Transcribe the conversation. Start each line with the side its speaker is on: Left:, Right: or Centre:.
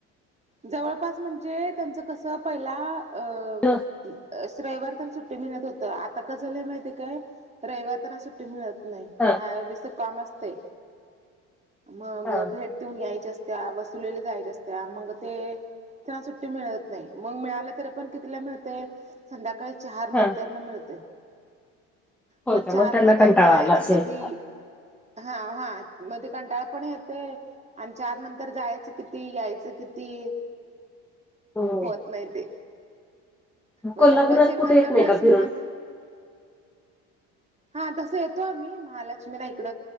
Right: जवळपास म्हणजे त्यांचं कसं पहिला अ.
Centre: शनिवार
Right: रविवार त्यांना सुट्टी मिळत होत आता क झालं माहितीय काय रविवार त्यांना सुट्टी मिळत. नाही
Centre: हा
Right: बाहेर ज काम असते मग
Centre: हा
Right: भेट ऊन यायच्या असत्या वसुलेले जायच्या असत्या मग ते त्यांना सुट्टी मिळत नाही मग मिळालं तरी पण कितीला मिळते. संध्याकाळी चार नंतर
Centre: हा
Right: न मिळते.
Centre: हो
Right: मग
Centre: का
Right: चार
Centre: त्यांना
Right: मध्ये
Centre: कंटाळा
Right: जायचं
Centre: आला असेल.
Right: कधी हा हा मध्ये ते कंटाळा पण येतंय आणि चार नंतर जायचं किती यायचं किती? ते
Centre: हम्म.
Right: होत नाही ते मग
Centre: कोल्हापुरात
Right: तेवढंच एखाद्या
Centre: कुठे येत नाही
Right: वेळेस
Centre: का
Right: म
Centre: फिरून?
Right: <inaudible> हा तसं येतो आम्ही महालक्ष्मीला इकड